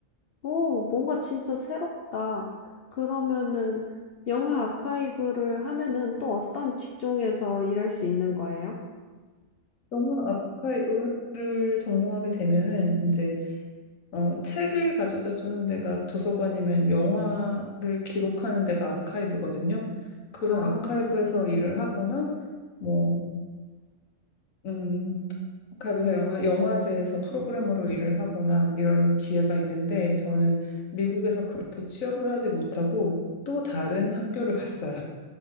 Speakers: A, on the left; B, on the left.
A: 오, 뭔가 진짜 새롭다. 그러면은 영화 아카이브를 하면은 또 어떤 직종에서 일할 수 있는 거예요?
B: 영화 아카이브를 전공하게 되면은 이제 어, 책을 가져다 주는 데가 도서관이면 영화를 기록하는 데가 아카이브거든요. 그런
A: 아,
B: 아카이브에서 일을 하거나 뭐 음, 가이브사 영화, 영화제에서 프로그래머로 일을 하거나 이런 기회가 있는데 저는 미국에서 그렇게 취업을 하지 못하고 또 다른 학교를 갔어요.